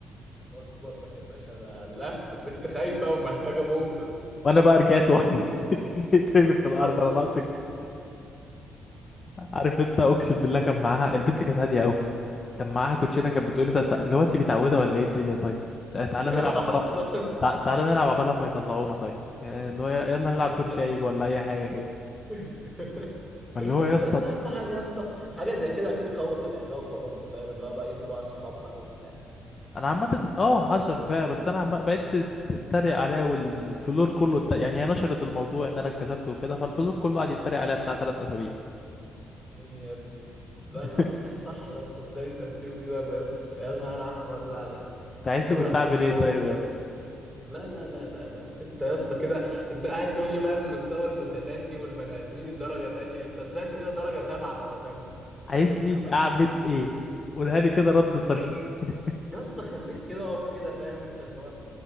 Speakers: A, in the centre; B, on the left.
A: الله سوبرمان يا باشا ده الله البت خايفه ومحتاجه منقذ
B: وانا بقى رجعت ورا <laughs> اترمي في الارض
A: اصلا
B: انا ناقصك عارف انت اقسم بالله كان معاها البنت كانت هاديه قوي كان معاها كوتشينه كانت بتقولي طب تع- اللي هو انت متعوده ولا ايه الدنيا طيب آه، تعالى
A: <laughs>
B: نلعب عبالة
A: اصلا
B: تع- تعالى نلعب عبالة ما يطلعونا طيب يا- اللي هو ي- يلا
A: اصلا
B: نلعب دور شايب ولا اي حاجه كده
A: <laughs>
B: فاللي هو يا اسطى
A: بس اهم حاجه يا اسطى حاجه زي كده اكيد قوت العلاقه برضه فاهم اللي هو بقى يبقوا بقى اصحاب بقى وبتاع
B: انا عامه اه حصل فيها بس انا عم بقيت تت- تتريق عليا والفلور كله ات- يعني هي نشرت الموضوع ان انا اتكسفت وكده فالفلور كله قعد يتريق عليا بتاع ثلاث اسابيع
A: يعني يا ابني
B: <laughs>
A: لا لا اصل صح يا اسطى ازاي انت التيم دي ضرب يا اسطى يا نهار احمر لا لا
B: انت عايزني
A: ربنا
B: كنت
A: ما يحطنيش
B: اعمل ايه
A: في موقف
B: طيب
A: زي
B: يا
A: ده
B: اسطى
A: لا لا لا لا لا انت يا اسطى كده انت قاعد تقول لي بقى المستوى المتدني والبني ادمين الدرجه تانية انت طلعت كده درجه سبعه ولا تامنه
B: عايزني
A: باللي انت عملته
B: اعمل
A: ده
B: ايه قولها لي كده رد صريح <laughs>
A: يا اسطى خليك كده اقف كده فاهم انت اللي هو